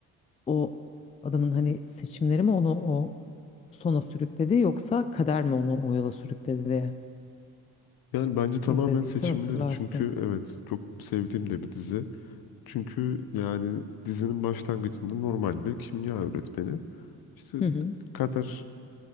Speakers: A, on the left; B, on the left.
A: o adamın hani seçimleri mi onu o sona sürükledi yoksa kader mi onu o yola sürükledi diye
B: yani bence tamamen
A: izlediysen
B: seçimleri
A: hatırlarsın.
B: çünkü evet çok sevdiğim de bir dizi. Çünkü yani dizinin başlangıcında normal bir kimya öğretmeni işte
A: Hı hı.
B: kader